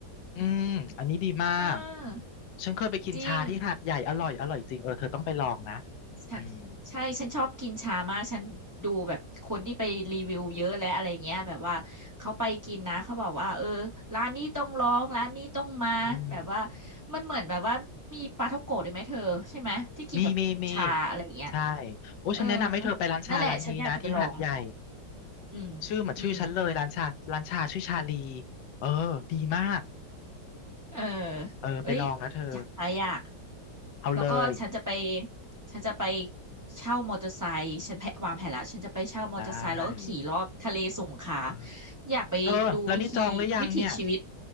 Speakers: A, on the left; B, on the right.
A: อืมอันนี้ดีมาก
B: เออ
A: ฉันเคยไปกินชาที่หาดใหญ่อร่อยอร่อยจริงเออเธอต้องไปลองนะ
B: จริง ฉันใช่
A: อืม
B: ฉันชอบกินชามาก ฉันดูแบบคนที่ไปรีวิวเยอะและอะไรเงี้ยแบบว่าเขาไปกินนะเขาบอกว่าเออร้านนี้ต้องลองร้านนี้ต้องมาแบบว่า
A: อืม
B: มันเหมือนแบบว่ามีปลาท่องโกะด้วยไหมเธอใช่ไหมที่กินกับชาอะไรเงี้ย
A: มีมีมีใช่โอ้ฉันแนะนำให้เธอไปร้านชาร้านนี้นะที่หาดใหญ่
B: เออนั่นแหละฉันอยากจะไปลองอืมอืม
A: ชื่อเหมือนชื่อฉันเลยร้านชาร้านชาชื่อชาลีเออดีมาก
B: เออ
A: เออไปลองนะเธอ
B: เอ้ยอยากไปอ่ะ
A: เอาเลย
B: แล้วก็ฉันจะไป ฉันจะไปเช่ามอเตอร์ไซค์ฉันแพะวางแผนแล้วฉันจะไปเช่ามอเตอร์ไซค์แล้วก็ขี่รอบทะเลสงขลา
A: ได้เออ
B: อยากไปดูวิธีวิถีชีวิต
A: เธอแล้วนี่จองหรือยังเนี่ย